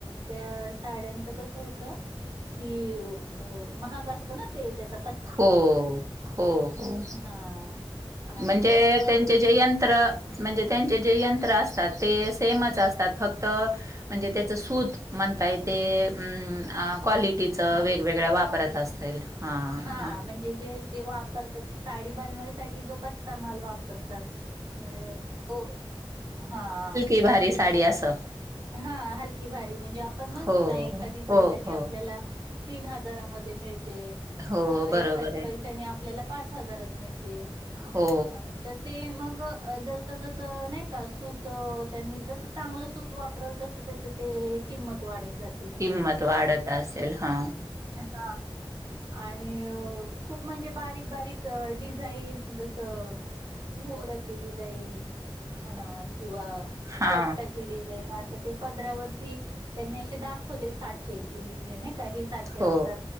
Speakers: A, on the right; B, on the right.
A: त्या साड्यांचं कस होत की अ महाग असत ना ते त्याच
B: हो हो. हो,
A: हां आणि
B: म्हणजे
A: बऱ्यापैकी
B: त्यांचे जे यंत्र म्हणजे त्यांचे जे यंत्र असतात ते सेमच असतात, फक्त म्हणजे त्याच सूत म्हणताय ते ऊ अ क्वालिटीचं
A: हां.
B: वेगवेगळ्या वापरत असतील हां.
A: हा म्हणजे जे ते वापरतात साडी बनवायसाठी जो कच्चा माल वाप वापरतात म्हणजे हो हा.
B: की भारी साडी अस.
A: हा हलकी भारी! म्हणजे आपण म्हणतो
B: हो
A: ना एखादी पैठणी
B: हो हो
A: आपल्याला तीन हजारामधे मिळते
B: हो
A: अ
B: बरोबर
A: एखादी पै
B: आहे
A: पैठणी आपल्याला पाच हजारात मिळते,
B: हो
A: अ तर ते मग जस जस नाही का सूत त्यांनी जसं चांगलं सूत वाप वापरत तसं त्याच ते किंमत वाढत जात
B: किंमत वाढत असेल हा.
A: हा. आणि खूप म्हणजे बारीक बारीक अ डिझाईन जसं मोराची डिझाईन म्हणा, किंवा
B: हा
A: पोपटाची डिझाईन अस त ते पदरावरती त्यांनी असे दाखवले साचे की हे नाय का साचे असतात
B: हो